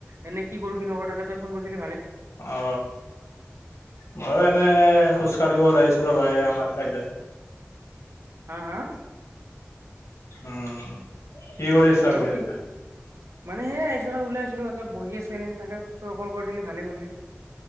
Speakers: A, on the right (about 80°); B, on the left (about 85°).
A: এনে কি কৰোঁ কি নকৰোঁ তাকে তই ফোন কৰি দিলি ভালে-
B: অ ময়ো এনে খোজ কাঢ়িব ওলাইছো ৰবা এই আমাৰ চাইদে
A: হা হা
B: উম কি কৰি আছা
A: হেল্ল'
B: পিছে?
A: কি মানে সেই একজেগাত ওলাই আছিলো তাতে বহি আছোঁ এনেই তাকে তই কল কৰি দিলি ভালে কৰিলি